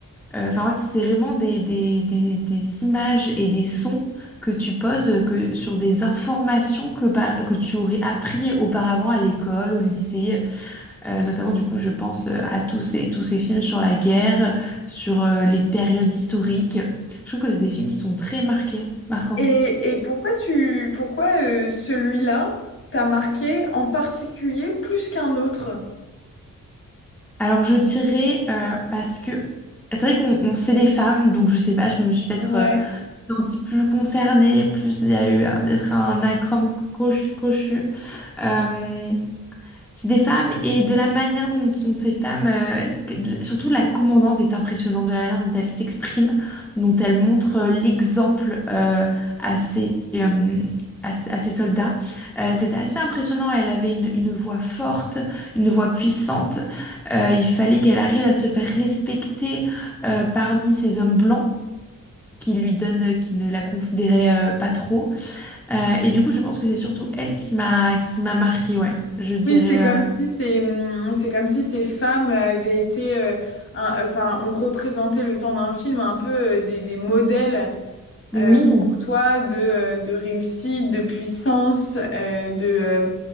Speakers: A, in the centre; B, on the left.
A: Euh, Enfin, en fait, c'est vraiment des, des, des, des images et des sons que tu poses euh, que, sur des informations que, par- que tu aurais appris auparavant à l'école, au lycée. Euh, notamment, du coup, je pense euh, à tous ces, tous ces films sur la guerre, sur euh, les périodes historiques. Je trouve que c'est des films qui sont très marqués, marquants.
B: Et, et pourquoi tu pourquoi euh, celui-là t'a marqué en particulier plus qu'un autre?
A: Alors, je dirais, euh, parce que c'est vrai qu'on on- c'est des femmes, donc je sais pas, je me suis peut-être
B: Ouais.
A: euh, sentis plus concernée, plus il y a eu euh, peut-être un acrome cochu, cochu. Euh, c'est des femmes et de la manière dont sont ces femmes, euh, que- surtout la commandante est impressionnante, de la manière dont elle s'exprime, dont elle montre euh, l'exemple euh, à ses, euh, à, ses à ses soldats. Euh, c'était assez impressionnant, elle avait une, une voix forte, une voix puissante. Euh, il fallait qu'elle arrive à se faire respecter euh, parmi ces hommes blancs qui lui donne, euh, qui ne la considérait euh, pas trop. Euh, et du coup, je pense que c'est surtout elle qui m'a qui m'a marquée, ouais. Je dirais
B: Oui, c'est comme si
A: euh,
B: ces, hum, c'est comme si ces femmes avaient été, euh, un- enfin, on représentait le temps d'un film un peu euh, des, des modèles
A: Oui.
B: euh, pour toi de, euh, de réussite, de puissance, euh, de, euh,